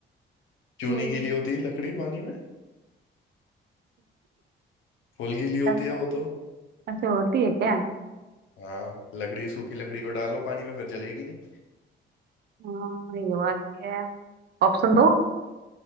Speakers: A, on the left; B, on the right.
A: क्यों
B: हम्म
A: नहीं गीली होती लकड़ी पानी में फुल गीली होती
B: ऐ-
A: है वो तो
B: ऐसे होती है क्या
A: हाँ लकड़ी सूखी लकड़ी को डालो पानी में फिर जलेगी नहीं
B: हाँ ये बात भी है ऑप्शन दो